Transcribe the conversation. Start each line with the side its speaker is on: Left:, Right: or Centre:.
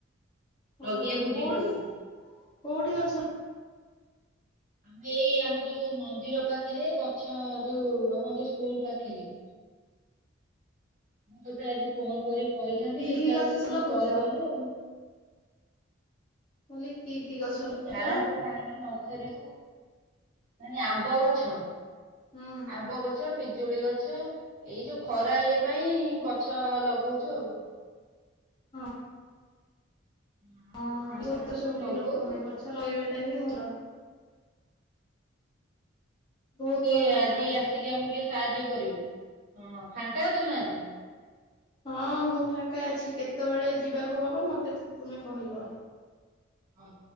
Left: ଓହୋ
Right: ଲଗେଇବାକୁ
Left: କୋଉଠି
Right: ଯିବୁ।
Left: କୋଉଠି ଗଛ
Right: ଆମେ ଏଇ ଆମ ଯୋଉ ମନ୍ଦିର ପାଖେରେ ଗଛ ଯୋଉ ଆମ ଯୋଉ ସ୍କୁଲ ପାଖେରେ। ମୁଁ ତୋତେ ଆଜି ଫୋନ କରିିକ କହିଥାନ୍ତି
Left: କି
Right: ଦେଖିଲା
Left: କି ଗଛ
Right: ବେଳକୁ
Left: ସବୁ
Right: ତୁ
Left: ଲଗଉଛ?
Right: କଲ କଲୁ ଆଉ।
Left: ମୁଁ କହିଲି କି କି ଗଛ
Right: ଏଇ ଯୋଉ
Left: ଲଗଉଛ?
Right: ଚାରା ସବୁ ଆଣିକି ନ ସାରିବୁ ମାନେ ଆମ୍ବ ଗଛ
Left: ହୁଁ
Right: ଆମ୍ବ ଗ ଛ ପିଜୁଳି ଗଛ ଏଇ ଯୋଉ ଖରା ଇଏ ପାଇଁ ଗଛ ଲଗଉଛୁ ଆଉ।
Left: ହଁ।
Right: ଆଉ
Left: ହଁ <unintelligible>
Right: ସବୁ ସାଙ୍ଗମାନେ ସବୁ
Left: ନ୍ତି
Right: ଲଗଉଛୁ
Left: ଲୋକ ପାଇଁ ଗଛ ଲଗେଇବାଟା ହିଁ ଭଲ। ବହୁତ
Right: ଯେ
Left: ଭଲ କଥା।
Right: ଆଜି ଆସିକି ଆମକୁ ଟିକେ ସାହାଯ୍ୟ କରିବି ହଁ ଫାଙ୍କା ଅଛୁ ନା ଆଜି।
Left: ହଁ ମୁଁ ଫାଙ୍କା ଅଛି କେତେବେଳେ ଯିବାକୁ ହବ ମତେ ଟିକେ ତୁମେ କହିବ।
Right: ହଁ